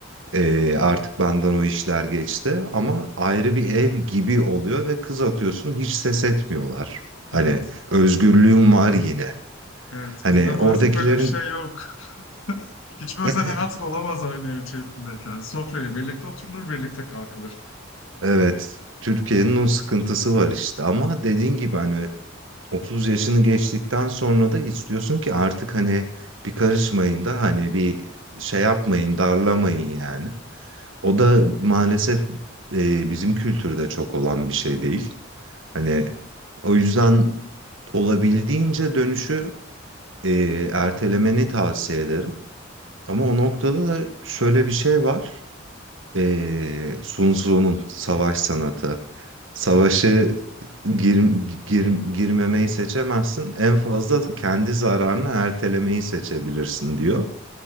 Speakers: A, on the right; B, on the left.
A: e, artık benden o işler geçti. Ama ayrı bir ev gibi oluyor ve kız atıyorsun hiç ses etmiyorlar. Hani
B: Evet.
A: özgürlüğüm var yine.
B: Evet.
A: Hani
B: Bizde maalesef
A: oradakilerin
B: öyle bir şey yok. <laughs> Hiçbir özel
A: <laughs>
B: hayatın olamaz aynı ev içerisindeyken. Sofraya birlikte oturulur, birlikte kalkılır.
A: evet Türkiye'nin o sıkıntısı var işte. Ama dediğin gibi hani 30 yaşını geçtikten sonra da istiyorsun ki artık hani bir karışmayın da hani bir şey yapmayın darlamayın yani. O da maalesef e, bizim kültürde çok olan bir şey değil. Hani o yüzden olabildiğince dönüşü e, ertelemeni tavsiye ederim. Ama o noktada da şöyle bir şey var. E, Sun Tzu'nun savaş sanatı. Savaşı gir, gir, girmemeyi seçemezsin. En fazla kendi zararını ertelemeyi seçebilirsin diyor